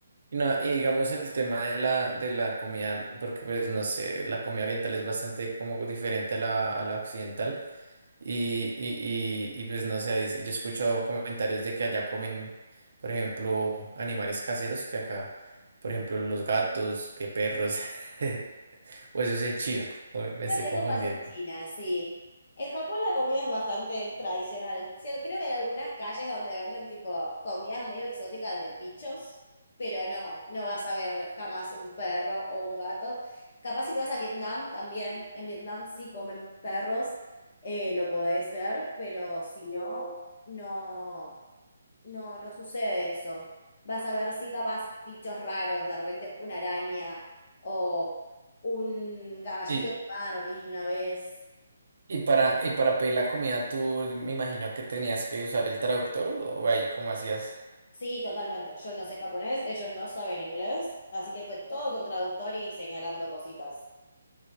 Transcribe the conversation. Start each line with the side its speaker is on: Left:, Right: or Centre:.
Right: Y No, y digamos el tema de la, de la comida, porque pues no sé, la comida oriental es bastante como diferente a la, a la occidental y, y, y, y, pues no sé, dice, yo he escuchado comentarios de que allá comen, por ejemplo, animales caseros que acá, por ejemplo, los gatos, que perros, <laughs> o eso es en China, o me
Left: Creo
Right: estoy
Left: que
Right: confundiendo.
Left: eso es más en China, sí. En Japón la comida es bastante tradicional. Sí, Creo que hay algunas calles donde venden tipo comidas medio exóticas de bichos, pero no, no vas a ver jamás un perro o un gato. Capaz si te vas a Vietnam también, en Vietnam sí comen perros, eh, lo podés ver, pero si no, no. No, no sucede eso. Vas a ver sí capaz bichos raros, de repente una araña o un caballito
Right: Y,
Left: de Barbie una vez.
Right: y para, y para pedir la comida tú me imagino que tenías que usar el traductor o o ahí cómo hacías.
Left: Sí, totalmente. Yo no sé japonés, ellos no saben inglés, así que fue todo con traductor y señalando cositas.